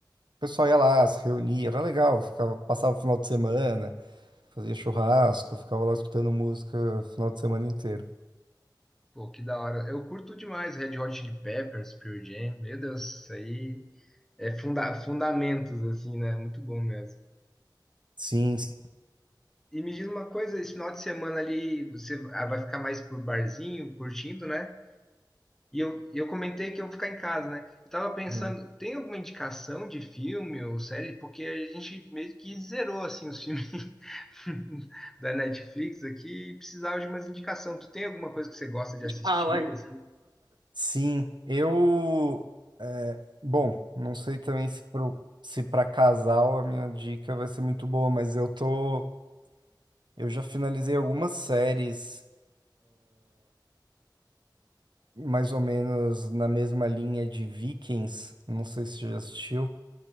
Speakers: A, on the right; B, in the centre.
A: pessoal ia lá, se reunia, era legal, ficava, passava o final de semana, fazia churrasco, ficava lá escutando música o final de semana inteiro.
B: Pô, que da hora. Eu curto demais Red Hot Chili Peppers, Pearl Jam. Meu Deus, isso aí é funda fundamentos, assim, né? Muito bom mesmo.
A: Sim, sim.
B: E me diz uma coisa, esse final de semana ali você ah, vai ficar mais por barzinho, curtindo, né? E eu, e eu comentei que eu vou ficar em casa, né? Eu tava pensando,
A: Uhum.
B: tem alguma indicação de filme ou série? Porque a gente meio que zerou, assim, os filmes <laughs> da Netflix aqui e precisava de umas indicação. Tu tem alguma coisa que você gosta de assistir,
A: How
B: assim?
A: Sim, eu. é, bom, não sei também se pro, se para casal a minha dica vai ser muito boa, mas eu tô. Eu já finalizei algumas séries mais ou menos na mesma linha de Vikings, não sei se você já assistiu.